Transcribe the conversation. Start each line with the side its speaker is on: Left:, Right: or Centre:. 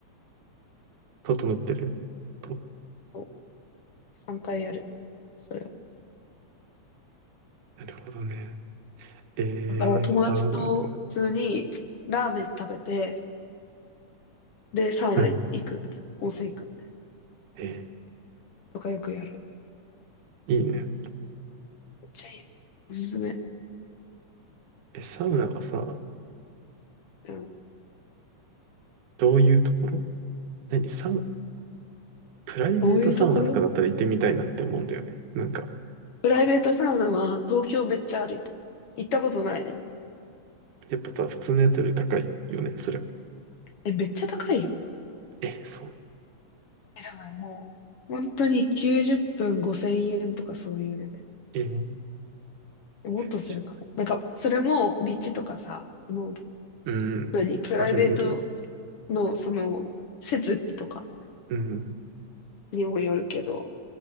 Right: 整ってる。と、
Left: そう。3回やる。それを
Right: なるほどね。えー、
Left: だから友達と普通にラーメン食べて、
Right: サウナね。
Left: で、サウナ行くみたいな、
Right: うん。
Left: 温泉行くみたいな
Right: え
Left: とかよくやる。
Right: ーいいね。
Left: めっちゃいい。おすすめ。
Right: え、サウナはさ、
Left: うん
Right: どういうところ何サウ、プライベートサウナとかだったら行ってみたいなって思うんだよね。
Left: どういうところ
Right: なんか、
Left: プライベートサウナは東京めっちゃあるよ。行ったことないでも。
Right: やっぱさ、普通のやつより高いよね、そりゃ。
Left: え、めっちゃ高いよ。
Right: え、そう。
Left: え、でももう、本当に90分5000円とかそういうレベル。
Right: えー、よ
Left: もっとするかも。
Right: いしょ
Left: なんか、それも立地とかさ、その、
Right: うん。
Left: 何、プライベート
Right: 場所によるよね。
Left: のその、設備とか
Right: うん。
Left: にもよるけど、